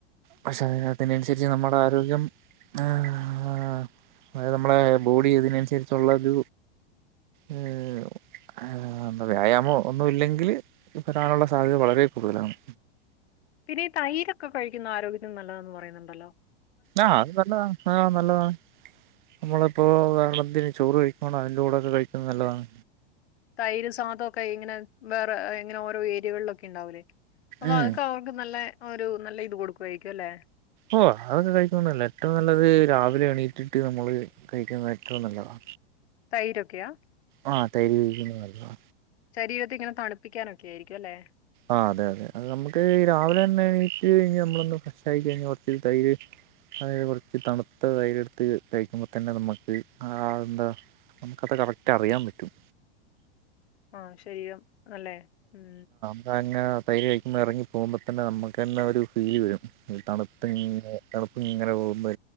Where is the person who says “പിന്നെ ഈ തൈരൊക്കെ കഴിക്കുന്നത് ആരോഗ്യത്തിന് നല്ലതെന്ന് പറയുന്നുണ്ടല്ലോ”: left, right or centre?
Left